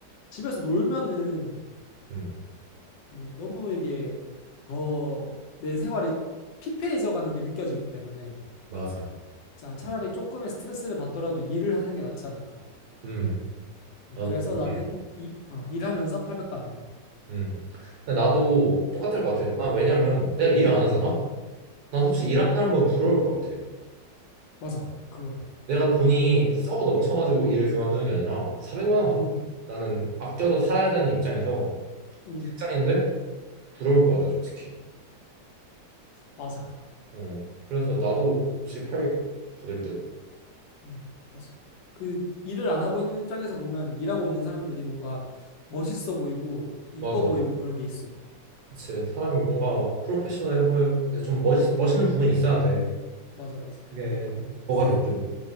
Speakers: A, on the left; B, on the right.
A: 집에서 놀면은,
B: 음.
A: 음, 너무 이게 더 내 생활이 피폐해져 가는 게 느껴지기 때문에,
B: 맞아.
A: 자, 차라리 조금의 스트레스를 받더라도 일을 하는 게 낫지 않을까.
B: 음.
A: 음,
B: 나도
A: 그래서
B: 동의해.
A: 나는 이, 어, 일하면서 800 받는 거.
B: 음. 근데 나도 똑같을 것 같아.
A: 음,
B: 난 왜냐면 내가 일을 안 하잖아? 난 솔직히
A: 음,
B: 일하는 사람 보면 부러울 것 같아.
A: 맞아. 그거야.
B: 내가 돈이 썩어 넘쳐가지고 일을 그만두는 게 아니라 400만 원 가-
A: 응,
B: 나는 아껴서 살아야 되는 입장에서
A: 응,
B: 직장인들 부러울 것 같아, 솔직히.
A: 맞아.
B: 어. 그래서 나도
A: 응,
B: 솔직히 800 받을 듯.
A: 응, 맞아. 그 일을 안 하고 있는 입장에서 보면 일하고 있는 사람들이 뭔가 멋있어 보이고 이뻐
B: 맞아.
A: 보이고 그런 게 있어.
B: 그치. 사람이 뭔가 프로페셔널 해볼 좀 멋있, 멋있는 부분이 있어야 돼.
A: 맞아, 맞아.
B: 그게
A: 그런 게 좀
B: 뭐가
A: 있어.
B: 됐든.